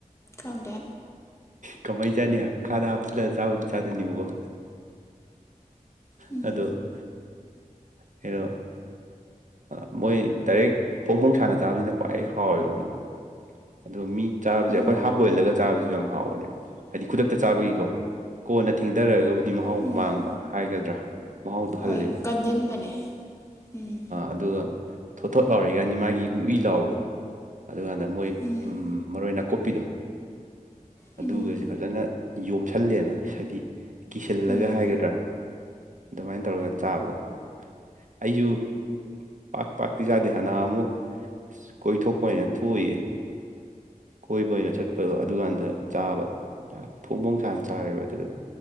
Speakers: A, on the left; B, on the right.
A: ꯈꯗꯦ
B: ꯀꯃꯥꯏꯅ ꯆꯥꯅꯤ ꯍꯥꯏꯕꯣ ꯈꯥꯗ ꯍꯥꯞꯆꯤꯜꯂꯒ ꯆꯥꯕꯗꯤ ꯆꯥꯗꯣꯏꯅꯦꯕꯀꯣ
A: ꯎꯝ
B: ꯑꯗꯣ ꯀꯩꯅꯣ ꯃꯣꯏ ꯗꯥꯏꯔꯦꯛ ꯐꯣꯡ ꯐꯣꯡ ꯁꯥꯟꯅ ꯆꯥꯕꯁꯤꯅ ꯈ꯭ꯋꯥꯏ ꯍꯥꯎꯋꯦꯕ ꯈꯪꯕꯔ꯭ ꯑꯗꯨꯒ ꯃꯤ ꯆꯥꯕꯁꯦ
A: ꯎꯝ
B: ꯑꯩꯈꯣꯏ ꯍꯥꯞ ꯕꯣꯏꯜꯗꯒ ꯆꯥꯕꯁꯨ ꯌꯥꯝ ꯍꯥꯎꯕꯅꯦꯕ ꯍꯥꯏꯗꯤ ꯈꯨꯗꯛꯇ ꯆꯥꯕꯒꯤꯀꯣ ꯀꯣꯟꯅ ꯊꯦꯡꯊꯔꯒꯕꯨꯗꯤ ꯃꯍꯥꯎ
A: ꯎꯝ
B: ꯃꯥꯡꯕ ꯍꯥꯏꯒꯗ꯭ꯔꯥ ꯃꯍꯥꯎꯗꯣ ꯍꯜꯂꯦꯕ
A: ꯍꯣꯏ ꯀꯟꯖꯟꯕꯅꯦ ꯎꯝ
B: ꯑꯗꯨꯒ ꯊꯣꯠ ꯊꯣꯠ ꯂꯥꯎꯔꯤ ꯀꯅꯤ ꯃꯥꯒꯤ ꯎꯋ ꯎꯏ ꯂꯥꯎꯕꯗꯣ ꯑꯗꯨꯀꯥꯟꯗ ꯃꯣꯏ
A: ꯎꯝ
B: ꯃꯔꯣꯏ ꯅꯥꯀꯨꯞꯄꯤꯗꯣ
A: ꯎꯝ
B: ꯑꯗꯨꯒꯁꯦ ꯐꯖꯅ ꯌꯣꯝꯁꯜꯂꯦꯗꯅ ꯍꯥꯏꯗꯤ ꯀꯤꯁꯜꯂꯒ
A: ꯎꯝ
B: ꯍꯥꯏꯒꯗ꯭ꯔꯥ ꯑꯗꯨꯃꯥꯏꯅ ꯇꯧꯔꯒ ꯆꯥꯕꯒꯣ ꯑꯁꯨꯨ ꯄꯥꯛ ꯄꯥꯛꯀꯤꯤꯖꯥꯗꯦ ꯍꯅꯥ ꯑꯃꯨꯛ ꯀꯣꯏꯊꯣꯛꯄ ꯑꯣꯏꯅ ꯊꯣꯛꯎꯨꯏꯌꯦ ꯀꯣꯏꯕ ꯑꯣꯏꯅ ꯆꯠꯄꯗꯣ ꯑꯗꯨꯀꯥꯟꯗ ꯆꯥꯕ ꯐꯣꯡ ꯐꯣꯡ ꯁꯅ ꯆꯥꯔꯦꯕ ꯑꯗꯨꯗ